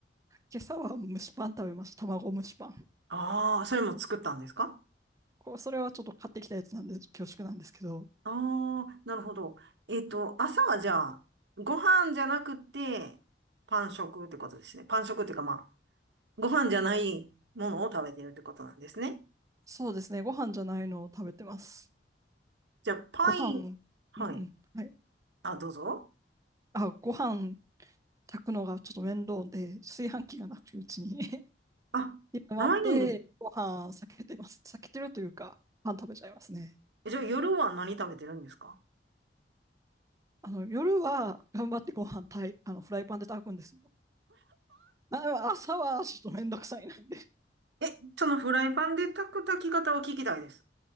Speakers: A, on the right; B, on the right.
A: 今朝は蒸しパン食べました。卵蒸しパン。
B: ああー、それも作ったんですか
A: こうそれはちょっと買ってきたやつなんで恐縮なんですけど、
B: ああ、なるほど。えっと、朝はじゃあ、ご飯じゃなくて、パン食ってことですね。パン食っていうかまあ、ご飯じゃないものを食べてるってことなんですね。
A: そうですね、ご飯じゃないのを食べてます。
B: じゃあ、パイン、
A: ご飯、
B: はい。
A: うんうん、はい。
B: あ、どうぞ。
A: あ、ご飯炊くのがちょっと面倒で、炊飯器がなくてうちに
B: あ、
A: <laughs> 今まって、
B: ないんです。
A: ご飯避けてます。避けてるというか、パン食べちゃいますね。
B: えじゃあ、夜は何食べてるんですか
A: あの、夜は頑張ってご飯炊い、あの、フライパンで炊くんですよ。あ、でも朝はちょっと面倒くさいなんで。
B: <laughs> え、そのフライパンで炊く炊き方を聞きたいです。